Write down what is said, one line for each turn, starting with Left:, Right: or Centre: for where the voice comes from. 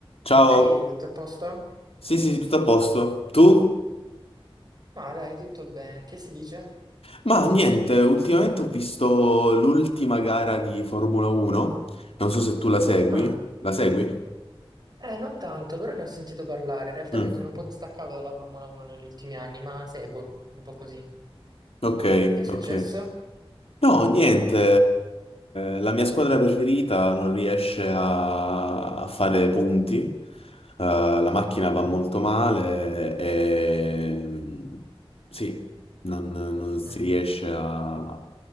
Left: Ciao,
Right: Ehi, tutto a posto?
Left: sì sì, sì, tutto a posto. Tu?
Right: Ma dai, tutto bene. Che si dice?
Left: Ma niente, ultimamente ho visto l'ultima gara di Formula 1, non so se tu la segui.
Right: Ah,
Left: La segui?
Right: eh, non tanto, però ne ho sentito parlare. In realtà
Left: Mm,
Right: mi sono un po' distaccato dalla Formula 1 negli ultimi anni, ma seguo un po' così.
Left: Ok,
Right: Che è successo?
Left: ok. No, niente, eh, la mia squadra preferita non riesce a, a fare punti, Eh, la macchina va molto male e mm, sì, non non si
Right: Mm.
Left: riesce a...